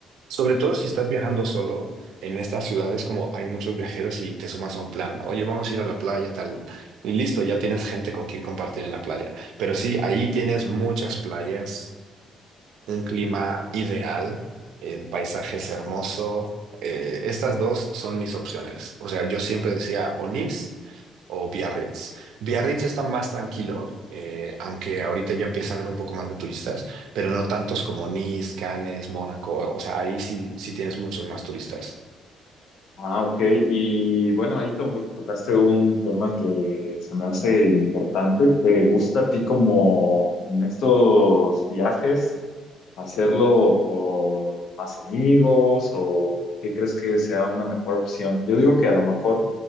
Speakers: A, on the right; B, on the left.
A: sobre todo si estás viajando solo en estas ciudades como hay muchos viajeros y te sumas a un plan. ¿no? Oye, vamos a ir a la playa, tal. Y listo, ya tienes gente con quien compartir en la playa. Pero sí, ahí tienes muchas playas un clima ideal, el paisaje es hermoso. eh, estas dos son mis opciones. O sea, yo siempre decía o Nice o Biarritz. Biarritz está más tranquilo, eh, aunque ahorita ya empieza a haber un poco más de turistas, pero no tantos como Nice, Cannes, Mónaco. O sea, ahí sí, sí tienes muchos más turistas.
B: Ah, ok. Y bueno, ahí to- tocaste un tema que se me hace importante. ¿Te gusta a ti como en estos viajes hacerlo con más amigos o qué crees que sea una mejor opción? Yo digo que a lo mejor